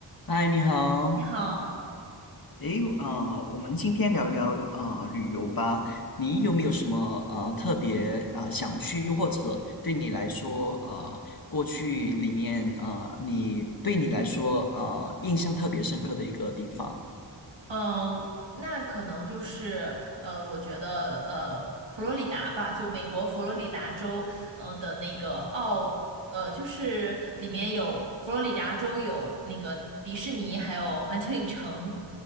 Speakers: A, on the left; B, on the right.
A: 嗨，你好。
B: 你好，
A: 诶，啊、我们今天聊聊啊、旅游吧。你有没有什么啊特别啊、想去，又或者对你来说啊、过去里面啊、你对你来说啊、印象特别深刻的一个地方？
B: 嗯，那可能就是呃，我觉得呃，佛罗里达吧，就美国佛罗里达州呃的那个奥呃，就是里面有佛罗里达州有那个迪士尼，还有环球影城。